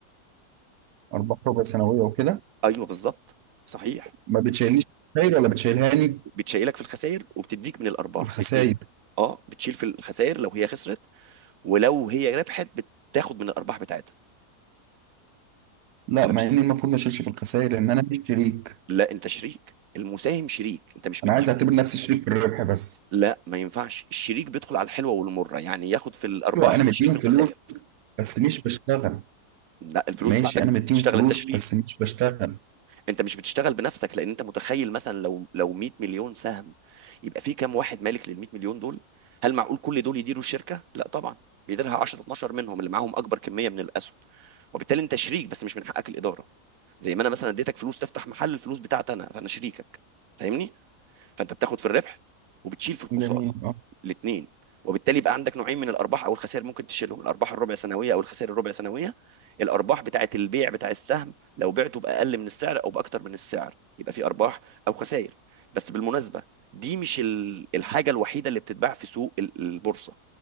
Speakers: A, on the right (about 80°); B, on the right (about 60°).
A: ارباح ربع سنويه وكده
B: ايوه بالظبط صحيح
A: ما بتشيلنيش خسائر ولا بتشيلهاني
B: بتشيلك في الخسائر وبتديك من الارباح
A: الخسائر
B: الاثنين اه بتشيل في الخسائر لو هي خسرت ولو هي ربحت بتاخد من الارباح بتاعتها
A: لا
B: انا
A: مع
B: مش
A: اني المفروض ما اشيلش في الخسائر لان انا مش شريك
B: لا انت شريك المساهم شريك انت مش مديهم
A: انا عايز اعتبر نفسي شريك في الربح بس
B: لا ما ينفعش الشريك بيدخل على الحلوه والمره يعني ياخد في الارباح
A: ايوه انا مديهم
B: ويشيل في الخسائر
A: فلوس بس مش بشتغل
B: لا الفلوس
A: ماشي
B: بتاعتك
A: انا مديهم
B: بتشتغل
A: فلوس
B: انت شريك
A: بس مش بشتغل
B: انت مش بتشتغل بنفسك لان انت متخيل مثلا لو لو 100 مليون سهم يبقى في كام واحد مالك لل 100 مليون دول هل معقول كل دول يديروا الشركه لا طبعا بيديرها 10 12 منهم اللي معاهم اكبر كميه من الاسهم وبالتالي انت شريك بس مش من حقك الاداره زي ما انا مثلا اديتك فلوس تفتح محل الفلوس بتاعتي انا فانا شريكك فاهمني فانت بتاخد في الربح وبتشيل في الخساره
A: جميل اه
B: الاثنين وبالتالي يبقى عندك نوعين من الارباح او الخسائر ممكن تشيلهم الارباح الربع سنويه او الخسائر الربع سنويه الارباح بتاعه البيع بتاع السهم لو بعته باقل من السعر او باكتر من السعر يبقى في ارباح او خسائر بس بالمناسبه دي مش ال- الحاجه الوحيده اللي بتتباع في سوق ال- البورصه